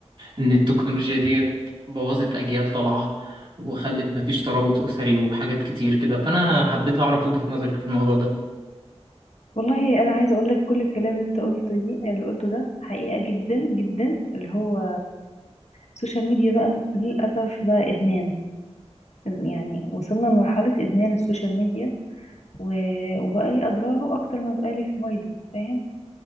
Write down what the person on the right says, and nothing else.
ان التكنولوجيا ديت بوظت اجيال طالعة وخلت مفيش ترابط اسري وحاجات كتير كده فانا حبيت اعرف وجهة نظرك في الموضوع ده